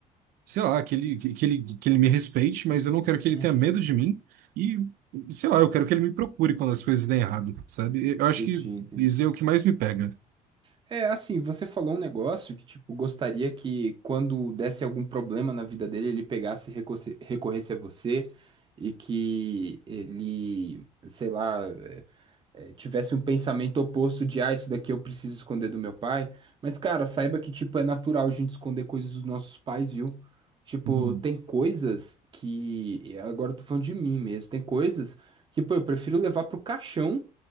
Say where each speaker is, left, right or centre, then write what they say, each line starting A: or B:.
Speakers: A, on the right; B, on the right.
A: sei lá, que ele, que que ele, que ele me respeite, mas eu não quero que ele
B: Uhum.
A: tenha medo de mim. E, sei lá, eu quero que ele me procure quando as coisas dêem errado, sabe? Eu
B: Entendi,
A: acho que
B: entendi.
A: isso é o que mais me pega.
B: É assim, você falou um negócio que, tipo, gostaria que quando desse algum problema na vida dele, ele pegasse e recorse- recorresse a você e que ele, sei lá, é, é, tivesse um pensamento oposto de, ah, isso daqui eu preciso esconder do meu pai. Mas, cara, saiba que, tipo, é natural a gente esconder coisas dos nossos pais, viu? Tipo,
A: Hum,
B: tem coisas que, agora eu tô falando de mim mesmo, tem coisas que, pô, eu prefiro levar pro caixão